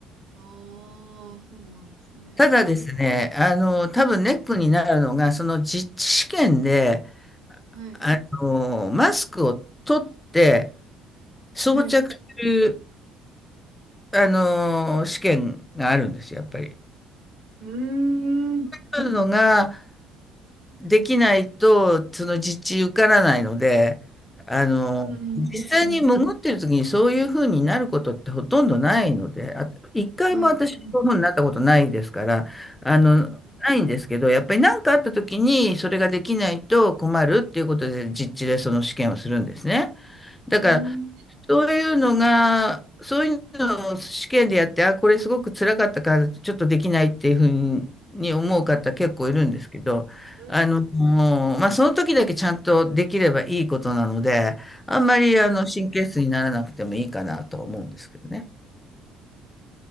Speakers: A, on the right; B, on the left.
A: うん。ああ、そうなんですね。
B: ただですね、あの、多分ネックになるのが、その実地試験で、
A: はい。
B: あの、マスクを取って装着する、
A: はい。
B: あの、試験があるんですよ、やっぱり。
A: うーん。うん。
B: そういうのが、できないと、その実地受からないので、あの、
A: うんうんうん。
B: 実際に潜ってる時にそういうふうになることってほとんどないので、あ、一回も私、
A: はい。うん。
B: そういうふうになったことないですから、あの、
A: うん。
B: ないんですけど、やっぱり何かあった時にそれができないと困るっていうことで、実地でその試験をするんですね。だから、
A: うん。
B: そういうのが、そういうのを試験でやって、あ、これすごく辛かったから、ちょっとできないっていうふうに思う方結構いるんですけど、
A: うんなる
B: あの、もうまあ、その時だけちゃんとできればいいことなので、あんまりあの神経質にならなくてもいいかなとは思うんですけどね。
A: ほど。